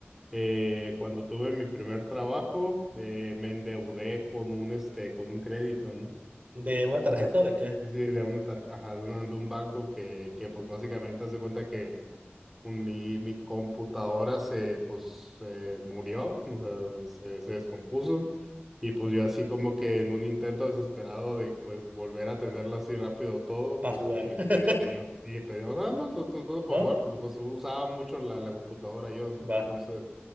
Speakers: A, in the centre; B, on the right.
A: eh, cuando tuve mi primer trabajo, eh, me endeudé con un, este, con un crédito, ¿no?
B: ¿De una tarjeta
A: No,
B: o de qué?
A: sí, de una tarjeta, ajá, de, una- de un banco que, que pues básicamente hace cuenta que un- mi, mi computadora se, pues, se murió, o sea, se, se descompuso, y pues yo así como que en un intento desesperado de, pues, volver a atenderlo así rápido todo,
B: Para
A: pues
B: jugar,
A: pedí, un-
B: <laughs>
A: pedí, pedí, un- sí, pedí, o sea, no todo, para
B: ¿no?
A: jugar, porque pues usaba mucho la, la computadora yo, entonces,
B: Va.